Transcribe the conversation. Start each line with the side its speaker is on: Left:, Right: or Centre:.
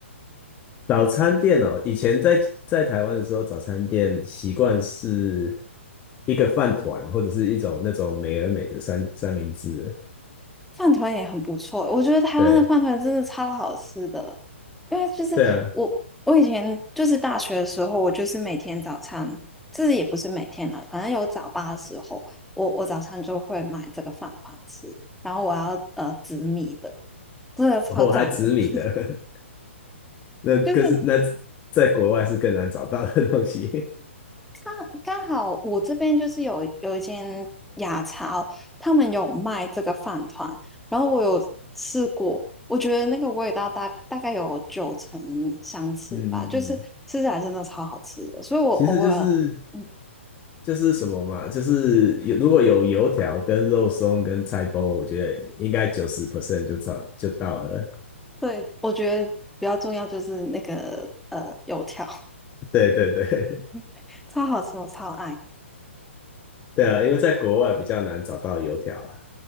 Left: 早餐店哦，以前在在台湾的时候，早餐店习惯是一个饭团或者是一种那种美而美的三三明治，
Centre: 饭团也很不错，我觉得台湾的饭团真的超好吃的。
Left: 对
Centre: 因为就是我，
Left: 对啊，
Centre: 我以前就是大学的时候，我就是每天早餐，就是也不是每天啦，反正有早八的时候，我我早餐就会买这个饭团吃，然后我要呃紫米的，真的超赞的，
Left: 我还紫米的，
Centre: <laughs>
Left: 那可是那
Centre: 就是
Left: 在国外是更难找到的东西。<laughs>
Centre: 刚刚好我这边就是有有一间雅超，他们有卖这个饭团，然后我有试过，我觉得那个味道大大概有九成相似吧，
Left: 嗯嗯，
Centre: 就是吃起来真的超好吃的，所以我偶尔，
Left: 其实就是
Centre: 嗯，
Left: 就是什么嘛，就是有如果有油条跟肉松跟菜包，我觉得应该九十 percent 就找就到了。
Centre: 对，我觉得比较重要就是那个呃油条，
Left: <laughs> 对对对，
Centre: <laughs> 超好吃，我超爱。
Left: <laughs> 对啊，因为在国外比较难找到油条啊。